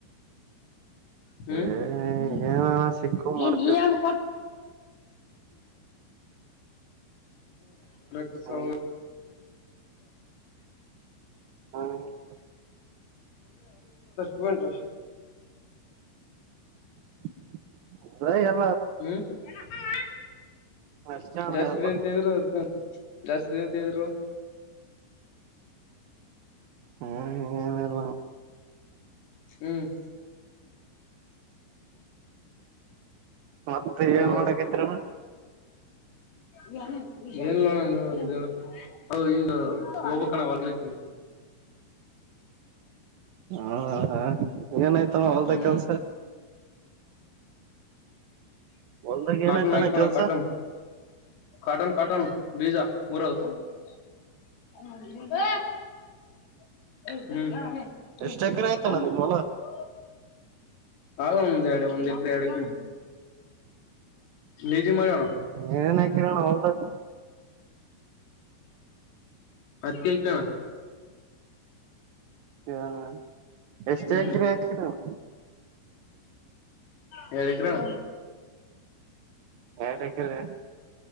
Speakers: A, on the left (about 85°); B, on the right (about 80°).
A: ಹ್ಮ್
B: ಏ
A: ಹ್ಮ
B: ಏನ
A: <unintelligible>
B: ಸಿಕ್ಕು ಮಾಡ್ತೇವ
A: ಹ್ಮ್ <unintelligible> ಕಸ
B: ಹ್ಮ್
A: <unintelligible>
B: ಹ್ಮ್
A: ಹ್ಮ್ <unintelligible>
B: <unintelligible>
A: ಹ್ಮ್ <unintelligible>
B: ಅಷ್ಟೇ ಅಣ
A: ಜಾಸ್ತಿ
B: ಎಲ್ಲ
A: ಅಂತಿದ್ರೆ ಅದ ಜಾಸ್ತಿ <unintelligible> ಹೇಳ್ರು
B: ಹ್ಮ್ ಏನಿಲ್ಲ
A: ಹ್ಮ್
B: ಮತ್ತೆ
A: ಹೌದಾ
B: ಏನ್ ಮಾಡಕತ್ರಿಣ
A: ಏನೋಣ ಈಗ ಹೋಗಬಕಣ ಹೋಲ್ದಕ್ಕೆ.
B: ಹ ಹ ಏನಾಯ್ತನ ಹೊಲ್ದ
A: ಹ್ಮ್
B: ಕೆಲ್ಸ ಹೊಲ್ದಾಗ
A: ಕಾಟನ್
B: ಏನಾಯ್ತಣ
A: ಆಯಕಣ
B: ಕೆಲ್ಸ
A: ಕಾಟನ್ ಕಾಟನ್ ಕಾಟನ್ ವೀಜಾ ಮುರದ <unintelligible> ಹ್ಮ್ <unintelligible>
B: ಎಷ್ಟ್ ಎಕರೆ ಆಯ್ತಣ್ಣ ನಿಮ್ ಹೊಲ
A: ಅ ಒಂದ್ ಎರಡು ಒಂದ್ ಎಕರೆ ಎರಡು ಎಕರೆ ಬೇಜಿಂಗ್ ಮಾಡ ಜಾಣ
B: ಏನೇನ್ ಹಾಕಿರಣ ಹೊಲ್ದಾಗ
A: ಹತ್ತಿ ಅಯ್ತಣ್ಣ
B: ಅ ಎಷ್ಟು
A: ಹ್ಮ್
B: ಎಕರೆ ಹಾತೀರಾವು
A: ಹೆರಡ ಎಕ್ರೆ ಅಣ
B: ಎರಡು ಎಕರೆ